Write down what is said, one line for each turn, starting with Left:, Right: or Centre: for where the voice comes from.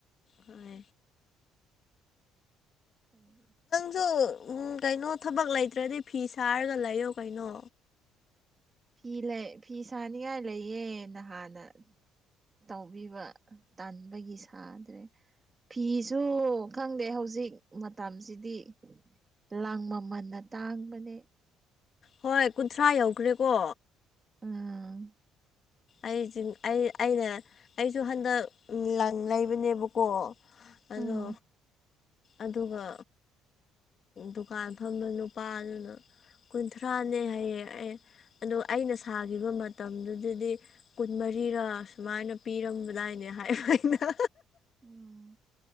Left: ꯍꯣꯏ
Right: ꯀꯗꯤ
Left: ꯁꯨ ꯎ ꯀꯩꯅꯣ ꯊꯕꯛ ꯂꯩꯇ꯭ꯔꯗꯤ ꯐꯤ ꯁꯥꯔꯒ ꯂꯩꯌꯣ ꯀꯩꯅꯣ
Right: ꯐꯤ ꯂꯩ ꯐꯤ ꯁꯥꯅꯤꯡꯉꯥꯏ ꯂꯩꯌꯦ ꯅꯍꯥꯟꯅ ꯇꯧꯕꯤꯕ ꯇꯟꯥꯟꯕꯒꯤ ꯁꯥꯗ꯭ꯔꯦ ꯐꯤꯁꯨ ꯈꯪꯗꯦ ꯍꯧꯖꯤꯛ ꯃꯇꯝꯁꯤꯗꯤ ꯂꯥꯡ ꯃꯃꯟꯅ ꯇꯥꯡꯕꯅꯦ
Left: ꯍꯣꯏ ꯀꯨꯟꯊ꯭ꯔꯥ ꯌꯧꯈ꯭ꯔꯦꯀꯣ
Right: ꯑꯝ
Left: ꯑꯩꯁꯤꯡ ꯑꯩ ꯑꯩꯅ ꯑꯩꯁꯨ ꯍꯟꯗꯛ ꯂꯪ ꯂꯩꯕꯅꯦꯕꯀꯣ ꯑꯗꯣ
Right: ꯎꯝ
Left: ꯑꯗꯨꯒ ꯗꯨꯀꯥꯟ ꯐꯝꯕ ꯅꯨꯄꯥꯗꯨꯅ ꯀꯨꯟꯊ꯭ꯔꯥꯅꯦ ꯍꯥꯏꯌꯦ ꯑꯦ ꯑꯗꯨꯗꯣ ꯑꯩꯅ ꯁꯥꯈꯤꯕ ꯃꯇꯝꯗꯨꯗꯗꯤ ꯀꯨꯟꯃꯔꯤꯔ ꯁꯨꯃꯥꯏꯅ ꯄꯤꯔꯝꯕꯗꯥꯏꯅꯦ ꯍꯥꯏꯕ ꯑꯩꯅ
Right: ꯎꯝ